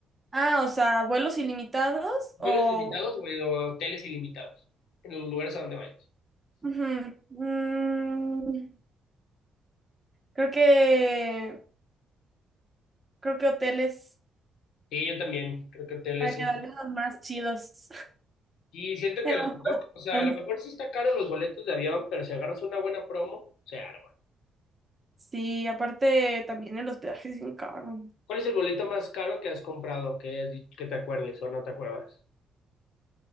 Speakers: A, on the right (about 20°); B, on the left (about 80°).
A: Ah, o sea, vuelos ilimitados
B: ¿Vuelos
A: o...
B: limitados o hoteles ilimitados? En los lugares a donde vayas.
A: Ujú. Mm, Creo que, creo que hoteles
B: Sí, yo también creo que hoteles
A: para
B: siempre.
A: quedarme los más chidos.
B: Y siento que
A: <laughs>
B: a lo mejor, o sea,
A: Entonces,
B: a lo mejor sí está caro los boletos de avión, pero si agarras una buena promo, se arma.
A: Sí, aparte también el hospedaje es bien caro.
B: ¿Cuál es el boleto más caro que has comprado? Que, hayas di- que te acuerdes o no te acuerdas.